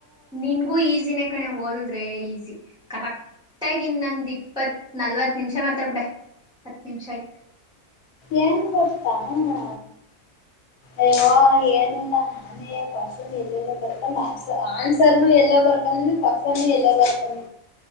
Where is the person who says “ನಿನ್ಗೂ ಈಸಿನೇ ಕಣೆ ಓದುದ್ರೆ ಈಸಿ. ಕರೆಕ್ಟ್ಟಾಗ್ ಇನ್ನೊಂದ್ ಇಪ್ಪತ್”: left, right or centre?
Centre